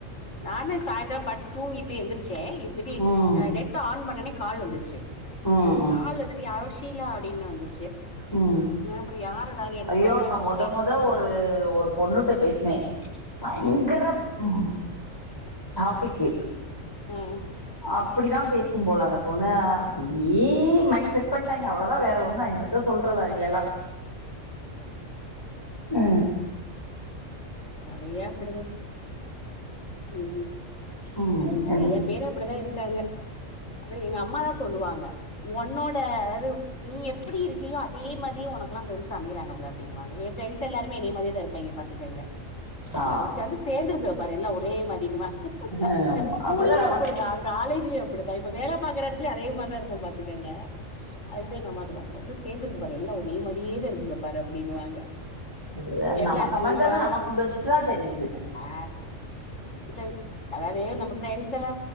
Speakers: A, on the left; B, on the left.
A: நானே சாய்ந்தர படுத்து தூங்கிட் எந்திரிச்சி ச்சே இப்டி
B: ம்
A: நெட் ஆன் பண்ணோன்னே கால் வந்துச்சு
B: ம்
A: கால்லதுன்னு யாரோ ஷீலா அப்ப அப்டின்னு வந்துச்சு
B: உம்
A: அப்றோ யாருடானு எடுத்து
B: ஐயோ
A: பாத்தா
B: நா
A: அப்றோ
B: மொத
A: பேசுனாங்கங்க
B: மொத ஒரு ஒரு பொண்ணுட்ட பேசுனே பயங்கர உ டாபிக்கு
A: ம்
B: அப்படிதான் பேசும் போல அந்த பொண்ணு அப்டியே மைண்ட் செட் பண்ட்டாங்க அவ்ளோதா வேற ஒன்னு என்னத்த சொல்றதா அவிங்கள எல்லா ஆ
A: நெறைய அப்படிதா உ
B: ம்
A: அதா நெறையா
B: என்ன
A: பேர் அப்டிதா இருக் காங்க அது எங்க அம்மாதா சொல்லுவா ங்க உன்னோட அதாது நீ எப்படி இருக்கியோ அதே மாரியே உனக்குலா ஃப்ரெண்ஸ் அமைறாங்க பிள அப்டினுவாங்க எ ஃப்ரண்ட்ஸ்ல் எல்லாருமே என்னைமாரியேதா இருப்பாங்க பாத்துக்கங்க
B: ஆ
A: எ நம சந்து சேந்து <unintelligible> இருக்கு பாறெல்லா ஒரே மாதின்னு வா
B: ஆ, ஆமா.
A: ஸ்கூல்லயு
B: அப்படிதான் நமக்கு
A: அப்படிதா காலேஜ்லயு டுத்த இப்ப வேல ப பாக்ற எடத்துலயு அதே மாரிதா தா இருப்ப பா துக்கங்க அதுக்குதா எங்க அம்மா சொல்வாங்க வந்து சேந்துருக்கு பாரு எல்லா உனே மாரியேதா இருக்கு பாரு அப்டின்னுவாங்க
B: அப்டிதா
A: எல்லா
B: நமக்கு அமஞ்சாதா
A: நீ இப்ப
B: நமக்கு பெஸ்ட்ரா தெரியுது
A: ஆ இல்ல அதாவது நம்ம ஃபிரெண்ஸ் எல்லா